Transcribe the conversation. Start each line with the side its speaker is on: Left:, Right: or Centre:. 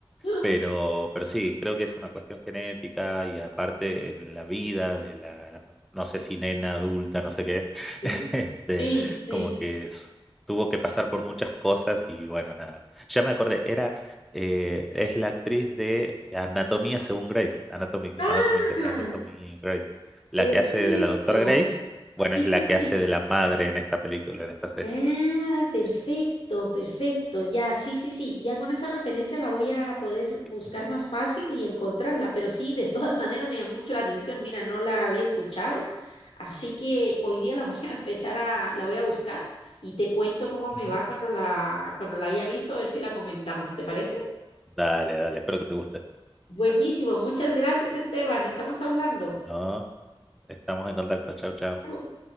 Left: Ah,
Centre: Pero, pero sí, creo que es una cuestión genética y aparte en la vida de la, no sé si nena adulta, no sé qué es,
Left: sí,
Centre: <laughs> este,
Left: sí, sí.
Centre: como que s- tuvo que pasar por muchas cosas y bueno, nada. Ya me acordé, era, eh, es la actriz de Anatomía según Grace, Anatomy,
Left: Ah,
Centre: Anatomy, Anatomy Grace, la
Left: perfecto.
Centre: que hace de la doctora Grace, bueno,
Left: Sí,
Centre: es la
Left: sí, sí.
Centre: que hace de la madre en esta película, en esta serie.
Left: Ah, perfecto, perfecto. Ya, sí, sí, sí. Ya con esa referencia la voy a poder buscar
Centre: Ujú,
Left: más fácil y encontrarla. Pero sí, de todas <laughs> maneras me llamó mucho la atención. Mira, no la había escuchado. Así que hoy día la voy a empezar a, la voy a buscar y te cuento cómo me
Centre: ujú.
Left: va cuando la, cuando la haya visto, a ver si la comentamos. ¿Te parece?
Centre: Dale, dale, espero que te guste.
Left: Buenísimo. Muchas gracias, Esteban. Estamos hablando.
Centre: No, estamos en contacto, chau, chau.
Left: Chao.